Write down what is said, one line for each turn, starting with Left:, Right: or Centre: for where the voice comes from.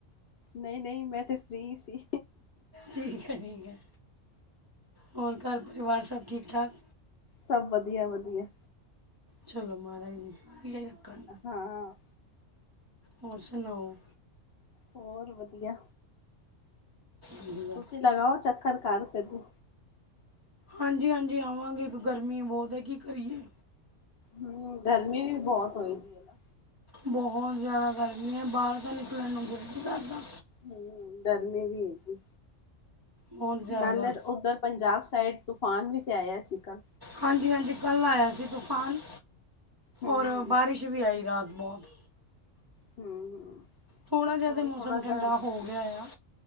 Left: ਨਹੀਂ-ਨਹੀਂ ਮੈਂ ਤੇ ਫਰੀ ਸੀ।
Right: ਠੀਕ ਹੈ, ਠੀਕ ਹੈ। ਹੋਰ ਘਰ ਪਰਿਵਾਰ ਸਭ ਠੀਕ ਠਾਕ?
Left: ਸਭ ਵਧੀਆ-ਵਧੀਆ
Right: ਚਲੋ ਮਾਰਾਜ਼ ਇਨੂੰ ਵਦੀਆਂ ਰੱਖਨ।
Left: ਹਾਂ।
Right: ਹੋਰ ਸੁਣਾਓ
Left: ਹੋਰ ਵਦੀਆਂ
Right: ਵਧੀਆ
Left: ਤੁਸੀਂ ਲਗਾਓ ਚੱਕਰ ਘਰ ਕਦੀ
Right: ਹਾਂਜੀ-ਹਾਂਜੀ ਆਵਾਂਗੇ, ਇੱਕ ਗਰਮੀ ਬਹੁਤ ਹੈ ਕੀ ਕਰੀਏ।
Left: ਹੂੰ, ਗਰਮੀ ਵੀ ਬਹੁਤ ਹੋਈ। ਹੈ ਨਾ
Right: ਬਹੁਤ ਜ਼ਿਆਦਾ ਗਰਮੀ ਹੈ, ਬਾਹਰ ਤਾਂ ਨਿਕਲਣ ਨੂੰ ਜੀ ਨਹੀ ਕਰਦਾ।
Left: ਹੂੰ, ਗਰਮੀ ਵੀ ਹੈਗੀ,
Right: ਬਹੁਤ ਜ਼ਿਆਦਾ
Left: ਨਾਲੇ ਉੱਧਰ ਪੰਜਾਬ ਸਾਈਡ ਤੂਫਾਨ ਵੀ ਤੇ ਆਇਆ ਸੀਗਾ।
Right: ਹਾਂਜੀ-ਹਾਂਜੀ, ਕੱਲ੍ਹ ਆਇਆ ਸੀ ਤੂਫਾਨ
Left: ਹੂੰ
Right: ਔਰ ਬਾਰਿਸ਼ ਵੀ ਆਈ ਰਾਤ ਬਹੁਤ
Left: ਹੁੰ
Right: ਥੋੜਾ ਜਿਹਾ
Left: ਹੁਨ
Right: ਤੇ ਮੌਸਮ
Left: ਥੋੜਾ ਜਿਹਾ,
Right: ਠੰਡਾ ਹੋ ਗਿਆ ਆ